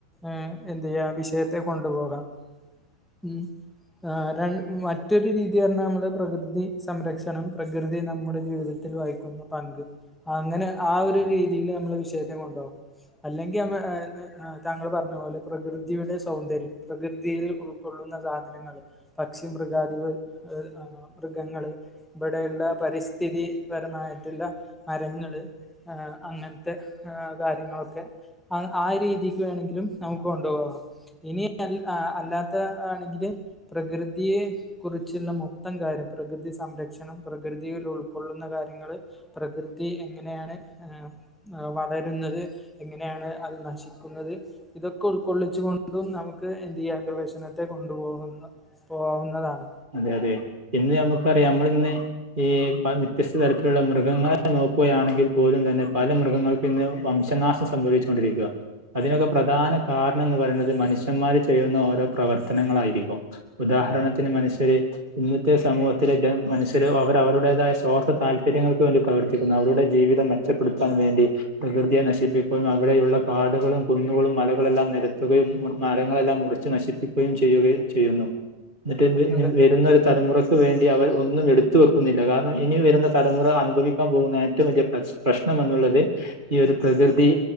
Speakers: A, in the centre; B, on the right (about 20°).
A: എ എന്തയ്യാ വിഷയത്തെ കൊണ്ടുപോകാം ഉം ആ രണ്ട് മറ്റൊരു രീതി പറഞ്ഞാ നമ്മൾ പ്രകൃതി സംരക്ഷണം പ്രകൃതി നമ്മുടെ ജീവിതത്തിൽ വായിക്കും ക്കുന്ന പങ്ക് അങ്ങനെ ആ ഒരു രീതീല് നമ്മള് വിഷയത്തെ കൊണ്ടോകും അല്ലെങ്കി നമ്മ താങ്കൾ പറഞ്ഞ പോലെ പ്രകൃതിയുടെ സൗന്ദര്യം പ്രകൃതിയിൽ ഉൾക്കൊള്ളുന്ന കാ ര്യങ്ങള് പക്ഷി മൃഗാതികൾ <unintelligible> മൃഗങ്ങള് ഇബടെയുള്ള പരിസ്ഥിതിപരമായിട്ടുള്ള മരങ്ങള് ആ അങ്ങൻത്തെ ആ കാര്യങ്ങളൊക്കെ ആ ആരീതിക്ക് വേണെങ്കി ലും നമുക്ക് കൊണ്ടുപോവാം ഇനി അത് അല്ലാത്ത ആണെങ്കില് പ്രകൃതിയെ കുറിച്ചുള്ള മൊത്തം കാര്യം പ്രകൃതി സംരക്ഷണം പ്രകൃതിയിലുൾ കൊള്ളുന്ന കാര്യങ്ങള് പ്രകൃതി എങ്ങനെയാണ് എ വളരുന്നത് എങ്ങനെയാണ് അത് നശിക്കുന്നത് ഇതൊക്കെ ഉൾക്കൊള്ളിച്ചു കൊണ്ടും നമുക്ക് എന്തയ്യാ ഗവേശണത്തെ കൊണ്ടുപോകുന്ന പോവുന്നതാണ്
B: അതെ അതെ ഇന്ന് നമുക്കറിയാം നമ്മള്ന്ന് ഈ പ വ്യത്യസ്ത തരത്തിലുള്ള മൃഗങ്ങളെ നോക്കുകയാണെങ്കിൽ പോലും തന്നെ പല മൃഗങ്ങൾക്ക ഇന്ന് വംശനാശം സംഭവിച്ചു കൊണ്ടിരിക്ക അതിനൊക്കെ പ്രധാന കാരണംന്ന് പറയുന്നത് മനുഷ്യന്മാര് ചെയ്യുന്ന ഓരോ പ്രവർത്തനങ്ങളായിരിക്കും ഉദാഹരണത്തിന് മനുഷ്യരെ ഇന്നത്തെ സമൂഹത്തിലെ ജന മനുഷ്യർ അവര് അവരുടേതായ സ്വാർത്ഥ താൽപര്യങ്ങൾക്ക് വേണ്ടി പ്രവർത്തിക്കുന്നു അവരുടെ ജീവിതങ്ങ മെച്ചപ്പെടുത്താൻ വേണ്ടി പ്രകൃതിയെ നശിപ്പിക്കുന്നു അവിടെയുള്ള കാടുകളും കുന്നുകളും മലകളെല്ലാം നരത്തുകയും മരങ്ങളെല്ലാം മുറിച് ച്ച് നശിപ്പിക്കുകയും ചെയ്യുകയും ചെയ്യുന്നു എന്നിട്ട്ന്ന്
A: അതെ
B: വരുന്ന തലമുറയ്ക്ക് വേണ്ടി അവർ ഒന്നും എടുത്ത് വെക്കുന്നില്ല കാരണം ഇനി വരുന്ന തലമുറ അനുഭവിക്കാൻ പോകുന്ന ഏറ്റവും വലിയ പ്രശ പ്രശ്നം എന്നുള്ളത് ഈ ഒരു പ്രകൃതി